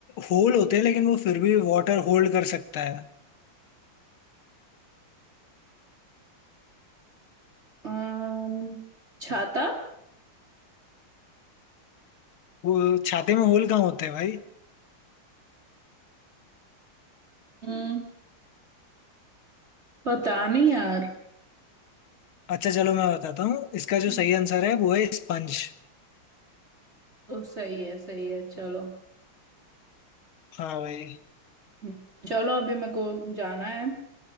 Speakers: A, on the left (about 80°); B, on the right (about 30°).
A: होल होते हैं लेकिन वो फिर भी वाटर होल्ड कर सकता है
B: अम्म छाता
A: वो छाते में होल कहाँ होते हैं भाई
B: हम्म पता नहीं यार
A: अच्छा चलो मैं बताता हूँ इसका जो
B: हम्म,
A: सही आंसर है वो है स्पंज
B: ओ, सही है सही है चलो
A: हाँ भाई
B: हम्म, चलो अभी मेरे को जाना है